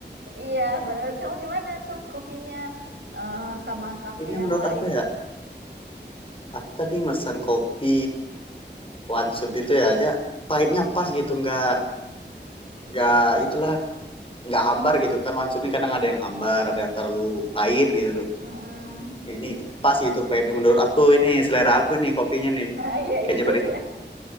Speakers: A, on the right; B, on the left.
A: Iya, menurut Kamu gimana tuh kopinya eh sama
B: <laughs>
A: kafe
B: Kopinya
A: yang
B: menurut
A: lain?
B: aku ya, aku tadi pesan kopi one shot itu ya aja pahitnya pas gitu, nggak nggak itulah, nggak hambar gitu kan one shot ini kadang ada yang hambar, ada yang terlalu pahit gitu.
A: Mm-mm.
B: Ini pas gitu pahitnya menurut aku ini selera aku ini kopinya nih.
A: Ah, iya, iya,
B: Kayaknya
A: iya.